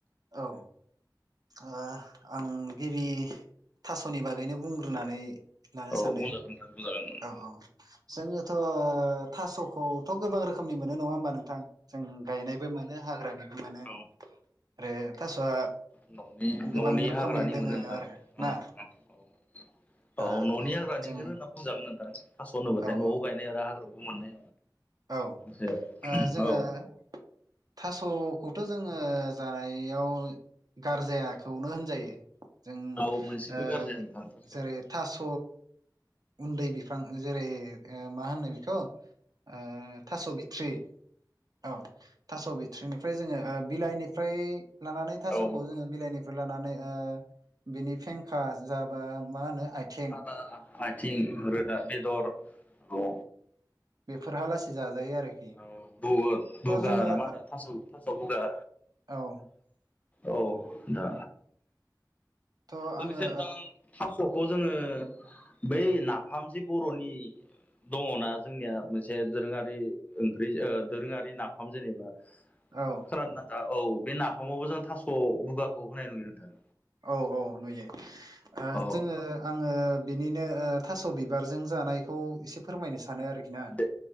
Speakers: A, on the right (about 55°); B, on the left (about 20°).
A: औ औ आं गिबि थास'नि बागैनो बुंग्रोनानै लानो
B: औ
A: सानो
B: बुंजागोन नोंथां बुंजागोन
A: औ औ जोङोथ' थास'खौथ' गोबां रोखोमनि मोनो नङा होमबा नोंथां जों गायनायबो मोनो हाग्रानिबो मोनो आरो
B: औ
A: थास'आ
B: न'नि
A: गोबां रोखोमनि
B: हाग्रानि
A: दोङो
B: मोनो नोंथां
A: आरो ना
B: उम उम औ
A: ओ
B: न'नि हाग्रानिनो
A: जोङो
B: बुजागोन नोंथां हास' होननोबोथाय
A: औ
B: न'आव
A: औ
B: गायनाय आरो हाग्रायावबो मोननाय
A: औ
B: जे
A: ओ जोङो
B: औ
A: थास'खौथ' जोङो जानायाव गारजायाखौनो होनजायो जों
B: औ मोनसेबो
A: ओ
B: गारजाया
A: गो
B: नोंथां थास'
A: जेरै थास' उन्दै बिफां जेरै ओ मा होनो बेखौ ओ थास' बिथ'रि औ थास' बिथ्रिनिफ्राय जोङो बिलाइनिफ्राय लानानै थास'खौ
B: औ
A: जोङो बिलाइनि बोलानानै ओ बिनि फेखा जाबा मा होनो आइथें
B: साना आथिं रोदा बेदर औ
A: बेफोरहा लासै जाजायो आरोखि
B: औ बुगा
A: थ' जोङो
B: ना मा होनो थास' थास' बुगा
A: औ
B: औ दा
A: थ'
B: लोगोसे
A: आङो
B: नोंथां थास'खौ जोङो बै नाफाम जि बर'नि दङना जोंनिया मोनसे मोनसे दोरोङारि ओंख्रि ओ दोरोङारि नाफाम जेनेबा
A: औ
B: खोनादोंना नोंथां औ बे नाफामावबो जों थास' बुगाखौ होनाय नुयो नोंथां
A: औ औ नुयो ओ
B: औ
A: जोङो आङो बिनिनो ओ थास' बिबारजों जानायखौ एसे फोरमायनो सानो आरोखि ना
B: दे